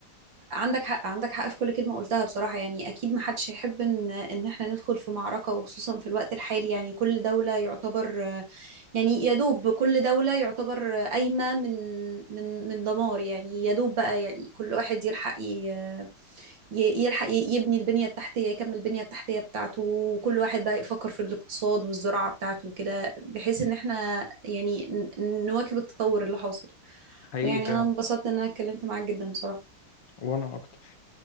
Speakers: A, on the right (about 55°); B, on the left (about 65°).
A: عندك حق عندك حق في كل كلمة قلتها بصراحة يعني أكيد محدش هيحب إن إن إحنا ندخل في معركة وخصوصا في الوقت الحالي يعني كل دولة يعتبر يعني يا دوب كل دولة يعتبر قايمة من من من دمار يعني يا دوب بقى يعني كل واحد يلحق ي- ي- يلحق ي- يبني البنية التحتية يكمل البنية التحتية بتاعته وكل واحد بقى يفكر في الاقتصاد والزراعة بتاعته وكده بحيث إن إحنا يعني ن- نواكب التطور اللي حاصل
B: حقيقي
A: ويعني
B: فعلا
A: أنا انبسطت إن أنا اتكلمت معاك جدا بصراحة
B: وانا اكتر